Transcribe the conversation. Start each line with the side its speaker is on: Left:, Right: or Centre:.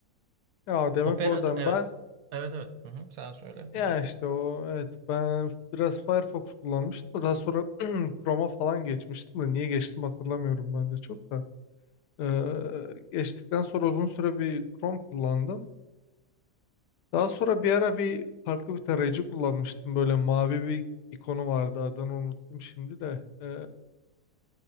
Left: Ya demek
Right: Opera'da
Left: oradan
Right: evet.
Left: ben
Right: Evet evet. Hı hı. Sen söyle. Hı
Left: ya
Right: hı.
Left: işte o evet ben biraz Firefox kullanmıştım. da Daha sonra <clears throat> Chrome'a falan geçmiştim de niye geçtim hatırlamıyorum ben de çok da. Eee, geçtikten sonra uzun süre bir Chrome kullandım. Daha sonra bir ara bir farklı bir tarayıcı kullanmıştım. Böyle mavi bir ikonu vardı. Adını unuttum şimdi de. Ee,